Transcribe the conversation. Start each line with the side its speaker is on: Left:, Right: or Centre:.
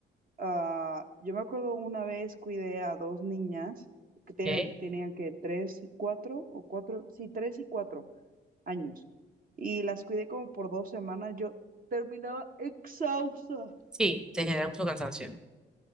Right: Ah, yo me acuerdo una vez cuidé a dos niñas que tenían,
Centre: Ok.
Right: tenían que tres y cuatro, o cuatro, sí, tres y cuatro años. Y las cuidé como por dos semanas. Yo terminaba exhausta.
Centre: Sí, te genera mucho cansancio.